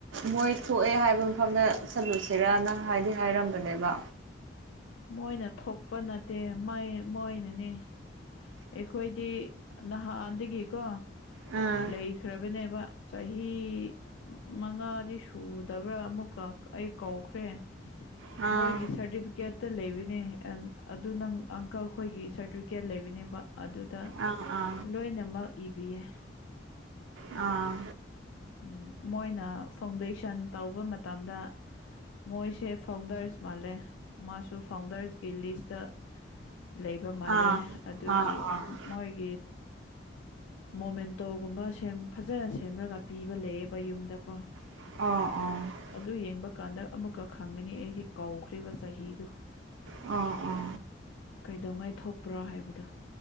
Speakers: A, on the right; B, on the left.
A: ꯃꯣꯏ ꯊꯣꯛꯑꯦ ꯍꯥꯏꯕ ꯃꯐꯝꯗ ꯆꯜꯂꯨꯁꯤꯔꯅ ꯍꯥꯏꯗꯤ ꯍꯥꯏꯔꯝꯕꯅꯦꯕ
B: ꯃꯣꯏꯅ ꯊꯣꯛꯄ ꯅꯠꯇꯦ ꯃꯩ ꯃꯣꯏꯅꯅꯦ ꯑꯩꯈꯣꯏꯗꯤ ꯅꯍꯥꯟꯗꯒꯤꯀꯣ
A: ꯑꯥ
B: ꯂꯩꯈ꯭ꯔꯕꯅꯦꯕ ꯆꯍꯤ ꯃꯉꯥꯗꯤ ꯁꯨꯗꯕ꯭ꯔꯥ ꯑꯃꯨꯛꯀ ꯑꯩ ꯀꯧꯈ꯭ꯔꯦ
A: ꯑꯥ
B: ꯃꯣꯏꯒꯤ ꯁꯥꯔꯇꯤꯐꯤꯀꯦꯠꯇ ꯂꯩꯕꯅꯦ ꯑꯦꯟ ꯑꯗꯨ ꯅꯪ ꯑꯪꯀꯜꯈꯣꯏꯒꯤ ꯁꯥꯔꯇꯤꯐꯤꯀꯦꯠ ꯂꯩꯕꯅꯦꯕ ꯑꯗꯨꯗ
A: ꯑꯥ
B: ꯂꯣꯏꯅꯃꯛ ꯏꯕꯤꯌꯦ
A: ꯑꯥ
B: ꯎꯝ ꯃꯣꯏꯅ ꯐꯥꯎꯟꯗꯦꯁꯟ ꯇꯧꯕ ꯃꯇꯝꯗ ꯃꯣꯏꯁꯦ ꯐꯥꯎꯟꯗꯔꯁ ꯃꯥꯜꯂꯦ ꯃꯥꯁꯨ ꯐꯥꯎꯟꯗꯔꯁꯀꯤ ꯂꯤꯁꯇ ꯂꯩꯕ ꯃꯥꯜꯂꯦ
A: ꯑꯥ
B: ꯑꯗꯨꯒꯤ
A: ꯑꯥ ꯑꯥ ꯑꯥ
B: ꯃꯣꯏꯒꯤ ꯃꯣꯃꯦꯟꯇꯣꯒꯨꯝꯕ ꯁꯦꯝꯟꯐꯖꯅ ꯁꯦꯝꯔꯒ ꯄꯤꯕ ꯂꯩꯌꯦꯕ ꯌꯨꯝꯗꯀꯣ
A: ꯑ ꯑ ꯑ
B: ꯑꯗꯨ ꯌꯦꯡꯕ ꯀꯥꯟꯗ ꯑꯃꯨꯛꯀ ꯈꯪꯒꯅꯤ ꯑꯩꯗꯤ ꯀꯧꯈ꯭꯭ꯔꯦꯕ ꯆꯍꯤꯗꯨ
A: ꯑꯣ ꯑꯣ
B: ꯀꯩꯗꯧꯉꯥꯏ ꯊꯣꯛꯄ꯭ꯔꯥ ꯍꯥꯏꯕꯗꯣ